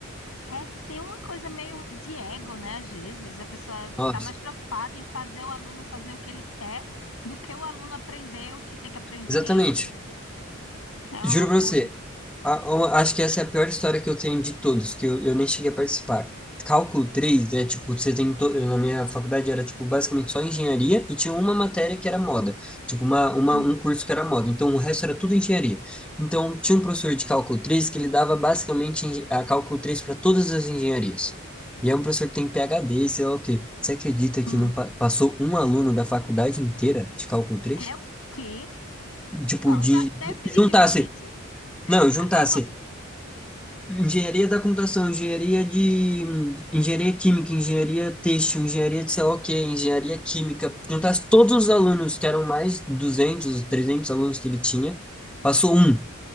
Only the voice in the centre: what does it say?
Ó,
exatamente,
Juro
pra você, a- uma- acho que essa é a pior história que eu tenho de todos, que eu, eu nem cheguei a participar. Cálculo 3 é tipo, você tem. to- Na minha faculdade era tipo basicamente só engenharia e tinha uma matéria que era moda. Tipo, uma, uma,
um curso que era moda. Então o resto era tudo engenharia. Então tinha um professor de cálculo 3 que ele dava basicamente engen- a cálculo 3 para todas as engenharias. E é um professor que tem PhD, sei lá o quê. Você acredita
que não pa- passou um aluno da faculdade inteira de cálculo 3,
Tipo,
de
juntasse não, juntasse
engenharia da computação, engenharia de engenharia química, engenharia têxtil, engenharia de sei lá o quê, engenharia química, juntasse todos os alunos, que eram mais de 200, 300 alunos que ele tinha, passou um,